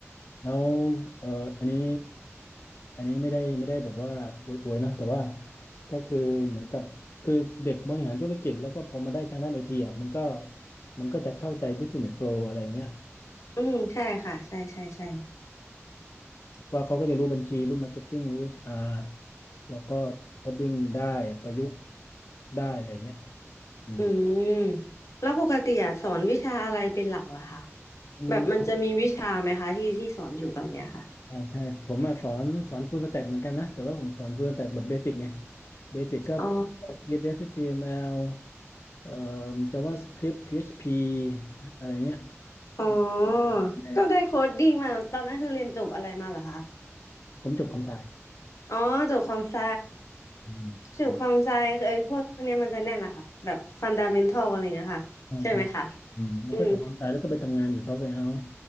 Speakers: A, on the left; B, on the left.
A: แล้วเอ่ออันนี้อันนี้ไม่ได้ไม่ได้แบบว่าอวยๆนะแต่ว่าก็คือเหมือนกับคือเด็กบริหารธุรกิจแล้วก็พอมาได้ทางด้านไอทีอ่ะมันก็มันก็จะเข้าใจ Business Pro อะไรเงี้ย
B: อืมใช่ค่ะใช่ใช่ใช่
A: ว่าเขาก็จะรู้บัญชีรู้มาร์เก็ตติ้งรู้ HR แล้วก็โคดดิ้งได้ประยุกต์ได้อะไรเงี้ยอืม
B: อืมแล้วปกติอะสอนวิชาอะไรเป็นหลักเหรอคะ
A: อืม
B: แบบมันจะมีวิชาไหมคะที่ที่สอนอยู่ตอนเนี้ยค่ะ
A: ใช่ใช่ผมมาสอนสอนฟูลสแต็กเหมือนกันนะแต่ว่าผมสอนฟูลสแต็กแบบเบสิกไงเบสิกก็
B: อ๋อ
A: c อสเอสเอชทีเอ็ม t อล เอ่อ JavaScript PHP อชพีอะไรเงี้ย
B: อ๋อ
A: อืมแต่
B: ก็ได้โค้ดดิ้งมาตอนนั้นคือเรียนจบอะไรมาเหรอคะ
A: ผมจบคอมไซ
B: อ๋อจูบคอมไซ
A: อืมอืม
B: จูบคอมไซคือไอ้พวกเนี้ยมันจะแน่นอะค่ะแบบฟันดาเมนทัลอะไรเงี้ยค่ะใช่ไหมคะ
A: ใช่ใช่อืมแล้วก็จบคอมไซแล้วก็ไปทำงานอยู่ซอฟต์แวร์เฮาส์
B: อืม